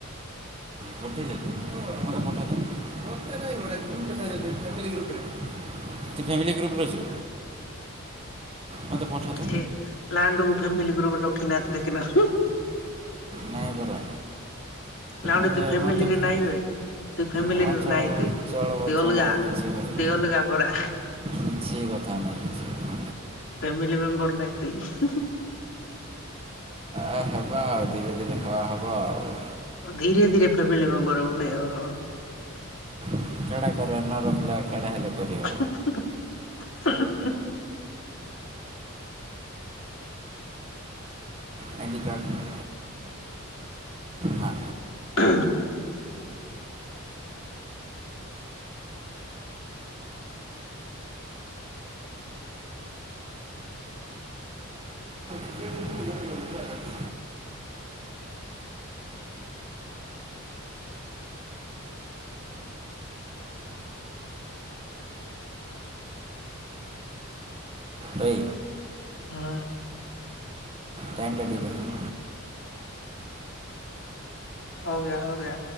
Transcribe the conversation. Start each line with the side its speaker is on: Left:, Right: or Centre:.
Right: ପଠେଇଦ ମୋତେ ପଠେଇଥା। ମତେ ନାଟା ଗ୍ରୁପ ସାହା ଫ୍ୟାମିଲି ଗ୍ରୁପ ରେ। ତୁ ଫ୍ୟାମିଲି ଗ୍ରୁପରେ ଅଛୁ। ମୋତେ ପଠାନ୍ତ।
Left: ସେ ଲାଣ୍ଡକୁ ଫ୍ୟାମିଲି ଗ୍ରୁପରେ ରଖିନାହାନ୍ତି ଦେଖିନ।
Right: ନାଇଁ ପରା
Left: ନାଣ୍ଡେ
Right: ଏବେ
Left: ତୁ ଫ୍ୟାମିଲିରେ
Right: ମୋତେ ଫେ-
Left: ନାଇଁଏ। ତୁ ଫ୍ୟାମିଲିରେ
Right: ହଁ, ଚଳବ
Left: ନାଇଁ ତୁ ତୁ
Right: ଚଳବ ଚଳବ
Left: ଅଲଗା
Right: କିଛି କଥା
Left: ତୁ ଅଲଗା ପରା।
Right: କିଛି କଥା ନାଇ। କିଛି କ
Left: ଫେମିିଲ ମେମ୍ବର ନାହି ତଇ।
Right: ଏ ହେବା ଆଉ। ଧୀରେ ଧୀରେ ଖବା ହେବ ଆଉ।
Left: ଧୀରେ ଧୀରେ ଫ୍ୟାମିଲି ମେମ୍ବର ହବୁ ନାଇଁ। ଓହୋ।
Right: କେଡେ କେଡେ କର ନରହିଲେ କେଡା ହେଲେ।
Left: <inaudible>
Right: କରିହେବ ଆଇଡି କାର୍ଡ। ନା
Left: ହୁଁ।
Right: <unintelligible> ବଇ।
Left: ହୁଁ।
Right: ଟାଇମ୍ ଦେଖିଲୁ।
Left: ହୋ ଗେୟା ହୋ ଗେୟା।